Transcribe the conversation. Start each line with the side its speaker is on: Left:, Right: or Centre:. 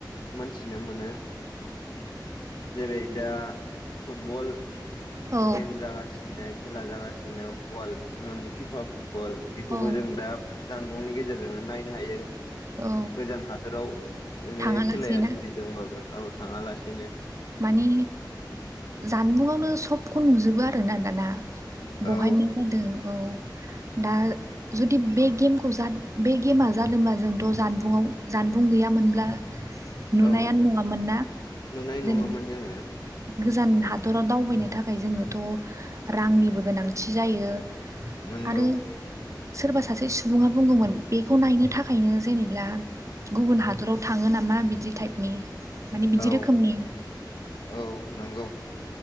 Left: मोनथिनो मोनो। जेरै दा फुटबल
Right: औ
Left: गेम जागासि खेला जागा सिनो अवाल न'नि फिफा फुटबल बेखौबो
Right: औ
Left: जों दा जानबुंनि गेजेरजोंनो नायनो हायो।
Right: औ
Left: गोजान हादोराव बे
Right: थाङालासेनो
Left: खेलाया सोलिदोंबाबो औ थाङालासिनो
Right: मानि जानबुंङावनो सबखौ नुजोबो आरोना दाना बहाय
Left: औ
Right: मा जादों औ दा जुदि बे गेमखौ जाद बे गेमा जादोंबा जोंथ' जानबुंआव जानबुं गैयामोन मोनब्ला नुनायानो
Left: औ
Right: नङामोन ना
Left: नुनाय नङामोन
Right: जेनेबा
Left: जोङो
Right: गोजान हादराव दावबायनो थाखाय जोंनोथ' रांनिबो गोनांथि जायो।
Left: नोंगौ।
Right: आरो सोरबा सासे सुबुङा बुंगौमोन बेखौ नायनो थाखायनो जेनेब्ला गुबुन हादराव थाङो नामा बिदि टाइपनि माने बिदि
Left: औ
Right: रोखोमनि
Left: औ नंगौ।